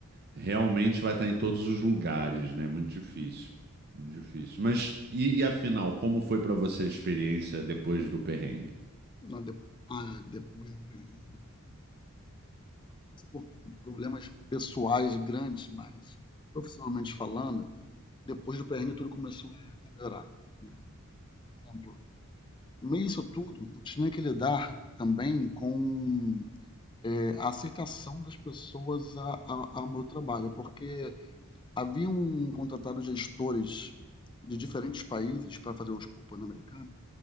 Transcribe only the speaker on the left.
Ah, depo- ah, depois do perrengue. por problemas pessoais grandes, mas profissionalmente falando, depois do perrengue tudo começou a melhorar. Né? Por exemplo, no meio disso tudo, eu tinha que lidar também com é, a aceitação das pessoas a, a, ao meu trabalho, porque haviam contratado gestores de diferentes países para fazer os- o Pan-Americano,